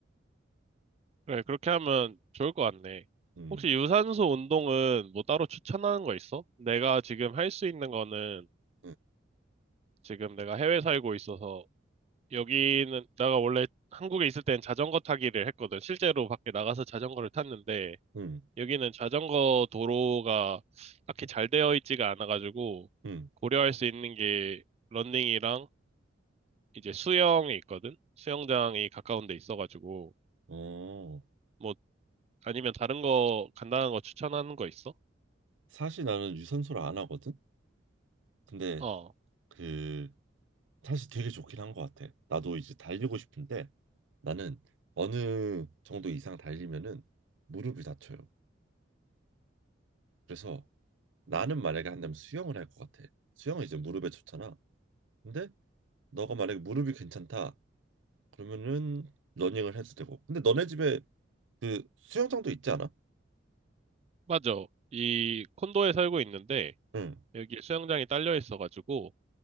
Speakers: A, on the right; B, on the right.
A: 그래, 그렇게 하면 좋을 것 같네.
B: 음,
A: 혹시 유산소 운동은 뭐 따로 추천하는 거 있어? 내가 지금 할 수 있는 거는
B: 음,
A: 지금 내가 해외 살고 있어서 여기는 내가 원래 한국에 있을 땐 자전거 타기를 했거든. 실제로 밖에 나가서 자전거를 탔는데
B: 음,
A: 여기는 자전거 도로가 딱히 잘 되어 있지가 않아가지고
B: 음.
A: 고려할 수 있는 게 러닝이랑 이제 수영이 있거든. 수영장이 가까운 데 있어가지고
B: 어,
A: 뭐 아니면 다른 거 간단한 거 추천하는 거 있어?
B: 사실 나는 유산소를 안 하거든. 근데
A: 어,
B: 그 사실 되게 좋긴 한 것 같아. 나도 이제 달리고 싶은데 나는 어느 정도 이상 달리면은 무릎이 다쳐요. 그래서 나는 만약에 한다면 수영을 할 것 같아. 수영은 이제 무릎에 좋잖아. 근데 너가 만약에 무릎이 괜찮다 그러면은 러닝을 해도 되고. 근데 너네 집에 그 수영장도 있지 않아?
A: 맞아. 이 콘도에 살고 있는데
B: 응.
A: 여기 수영장이 딸려 있어가지고